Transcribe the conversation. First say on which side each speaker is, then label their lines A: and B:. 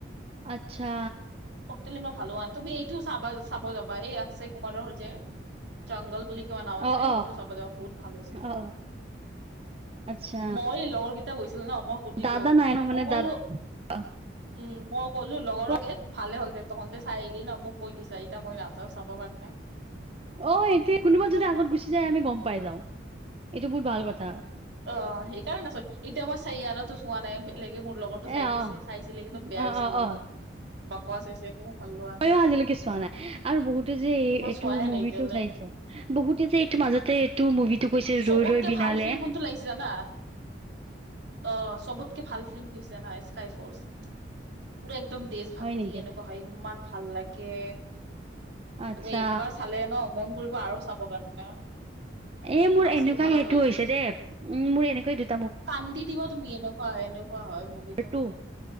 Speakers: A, on the right; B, on the right.
A: আচ্ছা
B: ককটেল ইমান ভাল হোৱা নাই। তুমি এইটোও চাব-চাবা যাবা এই অক্ষয় কুমাৰৰ যে জংঘল বুলি কিবা নাম আছে,
A: অ অ
B: সেইটো চাব যাব বহুত ভাল হৈছে এইটো।
A: অ আচ্ছা
B: মই লগৰ কেইটা গৈছিলো ন, মই সুধিলো
A: দাদা নাই ন মানে
B: মই কলো
A: দাদ
B: -,
A: অ
B: উম, মই ক'লো লগৰক
A: কোৱা
B: এ ভালে হ'ল দে, তহতে চাই আহিলি ন, মোক কৈ দিছা এতিয়া মই নাযাওঁ চাবৰ কাৰনে!
A: অ সেইটোৱে কোনোবা যদি আগত গুচি যায় আমি গম পাই যাও, এইটো বহুত ভাল কথা।
B: অ সেইকাৰণে নাচাও, এতিয়া মই চাইয়াৰাতো চোৱা নাই। বেলেগে মোৰ লগৰটো চাই
A: এ
B: গৈছে
A: অ
B: চাইছিলে, একদম বেয়া
A: অ
B: হৈছে
A: অ
B: বোলে
A: অ
B: বাকৱাচ হৈছে। একো ভাল লোৱা নাই
A: ম‌ইয়ো আজিলৈকে চোৱা নাই, আৰু বহুতে যে
B: মই
A: এইটো
B: চোৱাই
A: মুভিটো
B: নাই এতিয়ালে।
A: চাইছে। বহুতে যে এইটো মাজতে এইটো মুভিটো কৈছিল
B: চবতকে
A: ৰৈ ৰৈ বিণালে!
B: ভাল ফিল্ম কোনটো লাগিছে জানা! অ, চবতকে ভাল ফিল্ম কি হৈছে জানা স্কাই ফ'ৰ্চ পুৰা একদম বেচ। ফাক্তি
A: হয় নেকি
B: এনেকুৱা হয় ইমান ভাল লাগে,
A: আচ্ছা
B: তুমি একবাৰ চালে ন মন - মন কৰিব আৰু চাব কাৰণে।
A: এ মোৰ
B: অক্ষয়
A: এনেকুৱা
B: কুমাৰৰ
A: সেইটো
B: হয় এইটো
A: হৈছে দে, উম মোৰ এনেকুৱা দু -
B: কান্দি দিবা তুমি এনেকুৱা হয় মোৰ।
A: টু